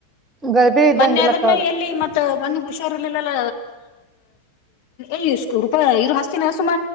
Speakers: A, on the right; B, on the left.
A: ಗರ್ಭಿಣಿ ಇದ್ದಂಗಿಲ್ಲಕ್ಕ
B: ಮೊನ್ನೆ ಅದ್ನು
A: ಅವ್ರ
B: ಎಲ್ಲಿ ಮತ್ತ ಮ ಹುಷ. ಇರ್ಲಿಲ್ಲಲ್ಲ ಏ ರೂಪ ಇರು ಹಸ್ತಿನ ಸುಮ.